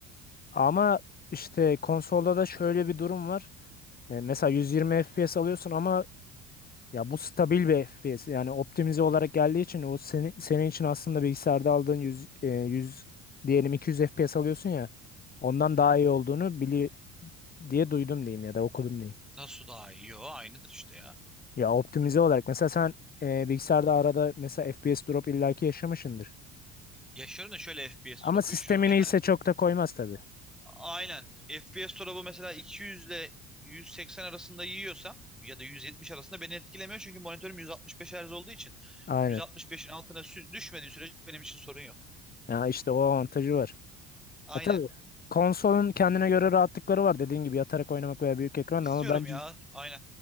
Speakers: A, on the left; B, in the centre.
A: Ama işte konsolda da şöyle bir durum var. E, mesela 120 FPS alıyorsun ama Ya bu stabil bir FPS. Yani optimize olarak geldiği için o seni, senin için aslında bilgisayarda aldığın yüz e, 100 diyelim 200 FPS alıyorsun ya. Ondan
B: Hı hı.
A: daha iyi olduğunu bili diye duydum diyeyim ya da okudum diyeyim.
B: Nasıl daha iyi? Yo aynıdır işte ya.
A: Ya optimize olarak mesela sen e, bilgisayarda arada mesela FPS drop illaki yaşamışsındır.
B: Yaşıyorum da şöyle FPS
A: Ama
B: drop
A: sistemini
B: yaşıyorum. Eğer
A: ise çok da koymaz tabii.
B: aynen FPS drop'u mesela 200 ile 180 arasında yiyorsam ya da 170 arasında beni etkilemiyor çünkü monitörüm 165 Hz olduğu için
A: Aynen.
B: 165'in altına sü- düşmediği sürece benim için sorun yok.
A: Ya işte o avantajı var.
B: Aynen.
A: Ha tabii. Konsolun kendine göre rahatlıkları var dediğin gibi yatarak oynamak veya büyük ekran
B: İstiyorum
A: ama bence
B: ya. Aynen.